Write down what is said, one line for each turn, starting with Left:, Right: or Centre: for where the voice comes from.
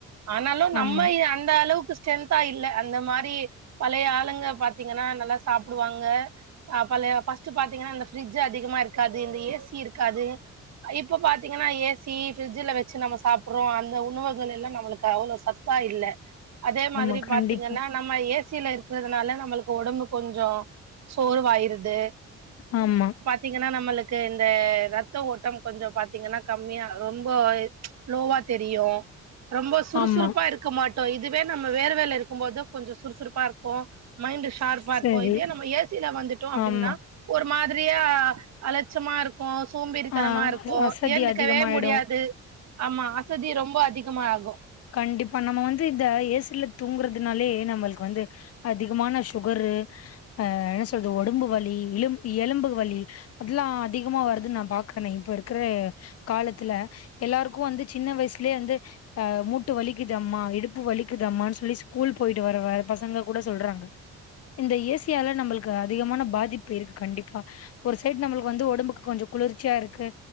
Right: ஆனாலு
Left: ஆமா
Right: நம்ம இ அந்த அளவுக்கு ச ஸ்ட்ரென்தா இல்ல அந்த மாரி பழைய ஆளுங்க பாத்தீங்கன்னா நல்லா சாப்புடுவாங்க அ பழைய ஃபர்ஸ்ட்டு பாத்தீங்கனா இந்த ஃபிரிஜ்ஜு அதிகமா இருக்காது இந்த ஏசி இருக்காது இப்ப பாத்தீங்கனா ஏசி ஃபிரிட்ஜ்ல வச்சு நம்ம சாப்புடுறோ அந் த உணவுகள் எல்லா நம்மளுக்கு அவ்ளோ சத் தா இல்ல அதே மாதிரி
Left: ஆமா கண்டிப்பா
Right: பாத்தீங்கனா நம்ம ஏசியில இருக்கறதுனால நம்மளுக்கு ஒடம்பு கொஞ்சோ சோர்ருவாயிருது
Left: ஆமா
Right: பாத்தீங்கன்னா நம்மளுக்கு இந்த ரத்த ஓட்டம் கொஞ்சோ பாத்தீங்கன்னா கம்மியா ரொம்ப லோவா தெரியு ரொம்ப சுறுசுறுப்பா
Left: ஆமா
Right: இருக்க மாட் டோ இதுவே நம்ம வேறவேல இருக்கும் போதா கொஞ்சோ சுறுசுறுப்பா இருக்கு மைண்ட் ஷார்ப்பா இருக்கு
Left: சரி
Right: இதே நம்ம ஏசியில வந்துட்டோ அப்டின்னா
Left: ஆமா
Right: ஒரு மாரியா அலட்சமா இருக்கு சோம்பேறித் த்தனமா
Left: ஆ
Right: இருக்கு
Left: அசதி
Right: ஏந்துக்கவே
Left: அதிகமாயிடு
Right: முடியாது ஆமா அசதி ரொம்ப அதிகமா ஆகு
Left: கண்டிப்பா நம்ம வந்து இந்த ஏசில தூங்குறதுனாலே நம்மளுக்கு வந்து அதிகமான சுகரு அ என்ன சொல்றது உடம்பு வலி இல எலும்பு வலி அதெல்லா அதிகமா வருது நா பாக்குறனே இப்ப இருக்கிற காலத்துல எல்லாருக்கு வந்து சின்ன வயசுலயே வந்து அ மூட்டு வலிக்குதம்மா இடுப்பு வலிக்குதம்மான் சொல்லி ஸ்கூல் போயிட்டு வர பசங்க கூட சொல்றாங்க இந்த ஏசியால நம்மளுக்கு அதிகமான பாதிப்பு இருக்கு கண்டிப்பா ஒரு சைடு நம்மளுக்கு வந்து உடம்புக்கு கொஞ்சோ குளிர்ச்சியா இருக்கு